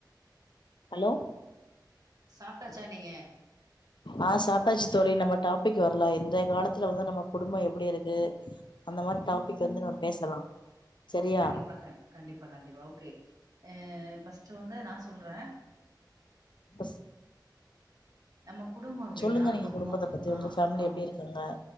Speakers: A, on the left (about 85°); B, on the right (about 50°).
A: ஹலோ
B: சாப்டாச்சா நீங்க
A: ஆ சாப்ட்டாச்சு தோழி நம்ம டாபிக் வர் ல இந்த காலத்துல வந்து ர்லா இன்றைய வந்து நம்ம குடும்ப எப்டி இருக்கு அந்த மாறி டாபிக் வந்து நம் பேசலா சரியா
B: கண்டிப்பா கண் கண்டிப்பா ஓகே அ ஃபர்ஸ்ட்டு வந்து நா சொல்றே
A: பஸ்
B: நம்ம குடும்போ எப்டின்னா
A: சொல்லுங்க நீங்க
B: அம்மா
A: குடும்பத்த பத்தி உங்க
B: ஆ
A: ஃபேமிலி
B: அம்
A: எப்டி இருக்காங்க